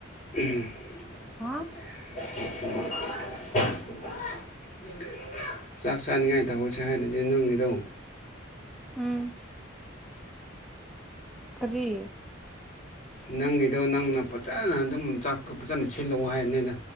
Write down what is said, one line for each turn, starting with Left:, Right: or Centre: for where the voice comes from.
Left: <unintelligible>
Centre: ꯍꯥ
Left: ꯆꯥꯛ ꯆꯥꯅꯤꯡꯉꯥꯏ ꯇꯧꯍꯧꯁꯦ ꯍꯥꯏꯔꯗꯤ ꯅꯪꯒꯤꯗꯣ
Centre: ꯎꯝ ꯀꯔꯤ
Left: ꯅꯪꯒꯤꯗꯣ ꯅꯪꯅ ꯐꯖꯅ ꯑꯗꯨꯝ ꯆꯥꯛꯀ ꯐꯖꯅ ꯁꯤꯜꯂꯛꯑꯣ ꯍꯥꯏꯅꯤꯗ